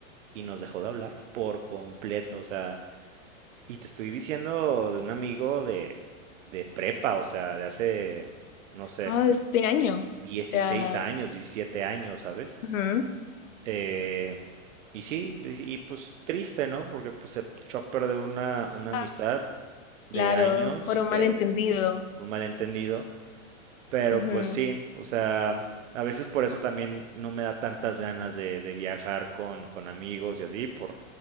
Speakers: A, on the right; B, on the left.
A: y nos dejó de hablar por completo. O sea, y te estoy diciendo de un amigo de, de prepa, o sea, de hace, no sé,
B: Oh, es de años.
A: 16
B: O sea,
A: años, 17 años, ¿sabes?
B: ujú,
A: Eh, y sí, y, y, pues triste, ¿no? Porque pues se echó a perder una, una
B: Ah,
A: amistad de
B: Claro,
A: años,
B: por un
A: que
B: malentendido.
A: por un malentendido, pero
B: Ujú.
A: pues sí, o sea, a veces por eso también no me da tantas ganas de, de viajar con, con amigos y así, por,